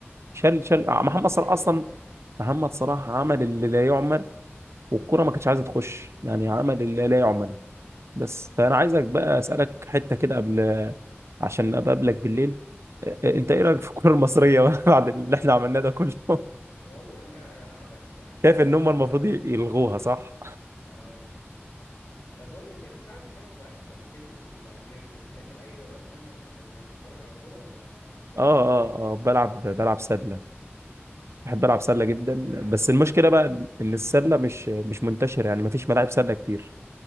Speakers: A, on the right; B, on the left.
A: شال شال
B: في, الكو...
A: آه، محمد
B: في
A: صلاح
B: اي
A: اصلا
B: ماتش
A: محمد صلاح عمل اللي لا يعمل والكره ما كانتش
B: بالظبط
A: عايزه تخش يعني عمل
B: بالظبط
A: اللي لا يعمل
B: بالظبط
A: بس فانا عايزك بقى اسالك حته كده قبل عشان ابقى اقابلك بالليل أ- انت ايه رايك في الكره المصريه <laughs> بعد اللي احنا عملناه ده كله <laughs>
B: والله يا عبس يعني الكره
A: شايف
B: المصريه
A: ان هم المفروض
B: دي عبس
A: يلغوها
B: يعني
A: صح
B: اه طب بقول لك إيه، انا كنت عايز اسالك صحيح انت بتنزل جيم بتعمل اي رياضه تانية غير انك تتفرج على كوره ولا كوره
A: اه
B: بس
A: اه اه بلعب بلعب سله بحب العب سله جدا
B: تلعب
A: بس
B: سله
A: المشكله بقى ان السله مش مش منتشره يعني مفيش ملاعب سله كتير